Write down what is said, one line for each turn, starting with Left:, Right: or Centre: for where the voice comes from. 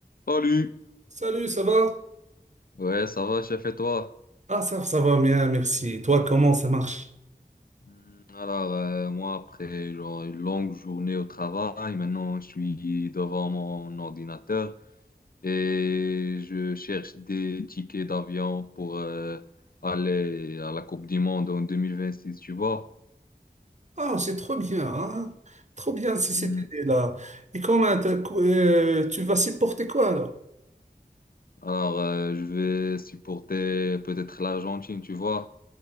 Left: Salut!
Right: Salut, ça va?
Left: Ouais, ça va, chef, et toi?
Right: Ah, ça, ça va bien, merci. Toi, comment ça marche?
Left: Hmm, Alors, euh, moi, après genre, une longue journée au travail, maintenant, je suis devant mon ordinateur et je cherche des tickets d'avion pour euh, aller à la Coupe du Monde en 2026, tu vois?
Right: Ah, c'est trop bien, hein? Trop bien si
Left: Hmm,
Right: c'était là. Et comment t'as- euh, tu vas supporter quoi alors?
Left: Alors, euh, je vais supporter peut-être l'Argentine, tu vois?